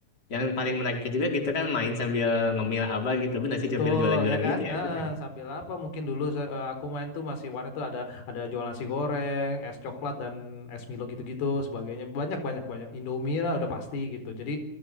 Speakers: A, on the left; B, on the left.
A: yang paling menariknya juga gitu kan main sambil ngemil apa gitu. Benar sih
B: Betul
A: sambil jualan-jualan
B: ya kan?
A: gitu
B: Heeh,
A: ya, benar.
B: sambil apa? Mungkin dulu se- eh, aku main tuh masih warnet tuh ada ada jual nasi goreng, es coklat dan es Milo gitu-gitu sebagainya. Banyak banyak banyak. Indomie lah udah pasti gitu. Jadi